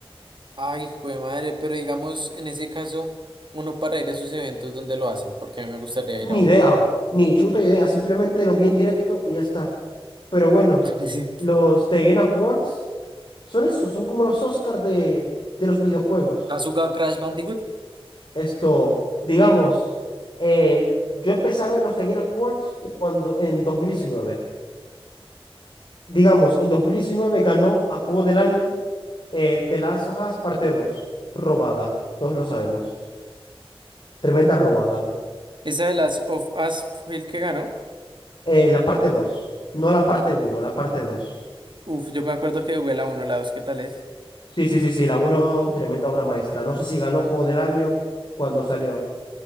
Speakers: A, on the right (about 50°); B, on the left (about 55°).
A: Ay, jue madre, pero digamos, en ese caso, uno para ir a esos eventos donde lo hacen, porque a mí me gustaría
B: Ni
A: ir a uno.
B: idea, ni chuta idea, simplemente lo vi en directo y ya está. Pero bueno,
A: <laughs> Sí.
B: los The Game Awards son eso, son como los Oscars de, de los videojuegos.
A: ¿Has jugado Crash Bandicoot?
B: Esto, digamos, el- yo empecé a ver los The Game Awards cuando, en dos mil diecinueve Digamos, en 2019 ganó a Juego del Año eh, The Last of Us parte dos robada, todos lo sabemos. Tremenda robada.
A: Esa de las of Us fue el que ganó.
B: Eh, la parte dos no la parte uno la parte dos
A: Uf, yo me acuerdo que jugué la uno, la 2. ¿qué tal es?
B: Sí, sí, sí, sí, la uno tremenda obra maestra. No sé si ganó Juego del Año cuando salió.